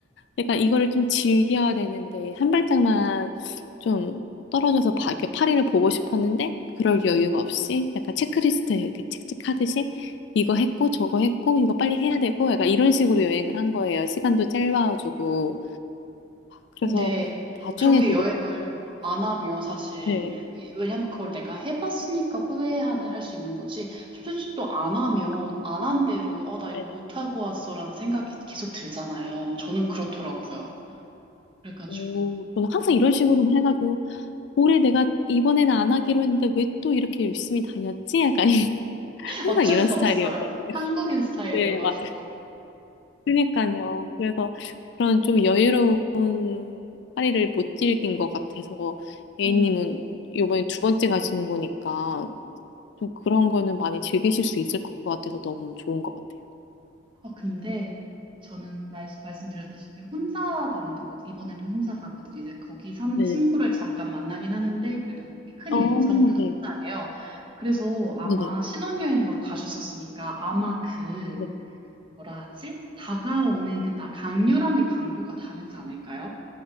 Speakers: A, on the left; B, on the right.
A: 그러 이거를 좀 즐겨야 되는데, 한 발짝만 좀 떨어져서 바, 이렇게 파리를 보고 싶었는데, 그럴 여유가 없이, 약간 체크리스트에 이렇게 책찍하듯이, 이거 했고, 저거 했고, 이거 빨리 해야 되고, 약간 이런 식으로 여행을 한 거예요. 시간도 짧아가지고. 그래서
B: 근데
A: 나중에
B: 그렇게
A: 그게
B: 여행을
A: 또,
B: 안 하면 사실
A: 네.
B: 이- 왜냐면 그걸 내가 해봤으니까 후회하는 할 수 있는 거지 솔직히 또 안 하면
A: 아,
B: 안 한 대로 어, 나 이거
A: 네네.
B: 못하고 왔어라는 생각이 계속 들잖아요 저는 그렇더라고요 그래가지고
A: 오, 저는 항상 이런 식으로 해가지고, 올해 내가 이번에는 안 하기로 했는데 왜 또 이렇게 열심히 다녔지? 약간 항상
B: 어쩔
A: 이런
B: 수
A: 스타일이었거든요.
B: 없어요 한국인 스타일이어가지고
A: 네, 맞아요. 그러니까요. 그래서 그런 좀 여유로운 파리를 못 즐긴 것 같아서 A님은
B: 음.
A: 이번에 두 번째 가시는 거니까 좀 그런 거는 많이 즐기실 수 있을 것 같아서 너무 좋은 것 같아요.
B: 어, 근데 저는 말, 말씀드렸다시피 혼자 다닌다고 했죠. 이번에도 혼자 가거든요. 이제 거기 사는
A: 네네네.
B: 친구를 잠깐 만나긴 하는데 그래도 큰
A: 어,
B: 일정은 혼자예요.
A: 네.
B: 그래서 아마
A: 네네.
B: 신혼여행으로 가셨었으니까 아마 그
A: 네.
B: 뭐라 하지? 다가오는 그 나- 강렬함의 강도가 다르지 않을까요?